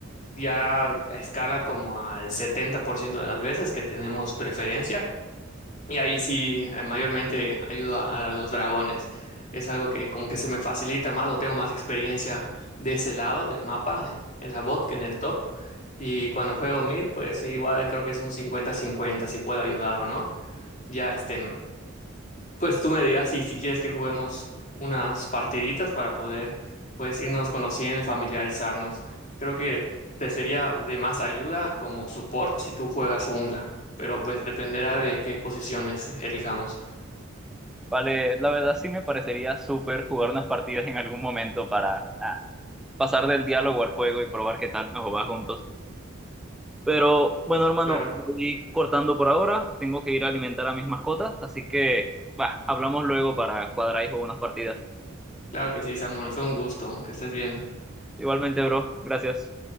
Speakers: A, on the left; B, in the centre.
A: ya escala como al 70% de las veces que tenemos preferencia y ahí sí, eh, mayormente ayudo a, a los dragones. Es algo que como que se me facilita más o tengo más experiencia de ese lado del mapa, eh, en la bot que en el top. Y cuando juego mid, pues igual creo que es un cincuenta cincuenta si puedo ayudar o no. Ya este, pues tú me dirás si, si quieres que juguemos unas partiditas para poder pues irnos conociendo y familiarizarnos. Creo que te sería de más ayuda como support si tú juegas jungla, pero pues dependerá de qué posiciones elijamos.
B: Vale, la verdad sí me parecería súper jugar unas partidas en algún momento para ah, pasar del diálogo al juego y probar qué tal nos va juntos. Pero bueno, hermano,
A: Claro,
B: voy cortando por ahora. Tengo que ir a alimentar a mis mascotas, así que, va, hablamos luego para cuadrar ahí unas partidas.
A: claro que sí, Samuel, fue un gusto, que estés bien.
B: Igualmente, bro. Gracias.